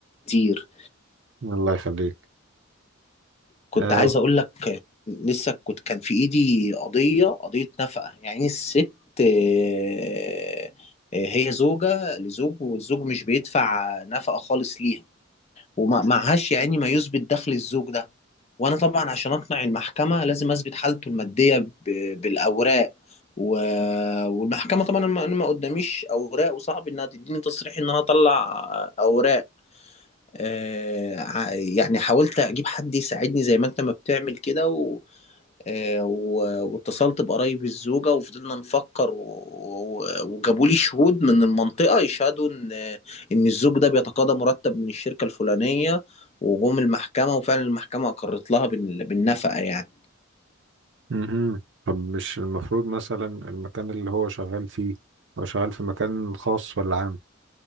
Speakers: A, on the left; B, on the right.
A: كتير
B: الله يخليك
A: كنت
B: آه.
A: عايز اقول لك لسه كنت كان في ايدي قضيه قضيه نفقه يعني الست آه، آه، هي زوجه لزوج والزوج مش بيدفع نفقه خالص ليها ومعهاش يعني ما يثبت دخل الزوج ده وانا طبعا عشان اقنع المحكمه لازم اثبت حالته الماديه ب- بالاوراق و... والمحكمه طبعا انا ما أنا ما قداميش اوراق وصعب انها تديني تصريح ان انا اطلع اوراق آه، ع- يعني حاولت اجيب حد يساعدني زي ما انت ما بتعمل كده و... آه، و... واتصلت بقرايب الزوجة وفضلنا نفكر و... و... وجابوا لي شهود من المنطقة يشهدوا ان ان الزوج ده بيتقاضى مرتب من الشركة الفلانية وجم المحكمة وفعلا المحكمة اقرت لها بال... بالنفقة يعني
B: مهم. طب مش المفروض مثلا المكان اللي هو شغال فيه هو شغال في مكان خاص ولا عام